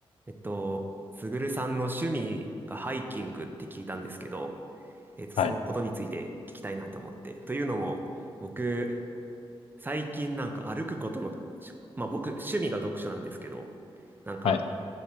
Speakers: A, on the right (about 20°); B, on the left (about 80°).
A: えっと、すぐるさんの趣味がハイキングって聞いたんですけど、えっと、
B: はい、
A: そのことについて聞きたいなと思って。というのも、僕、最近なんか歩くことの、しまあ僕、趣味が読書なんですけど、なんか
B: はい、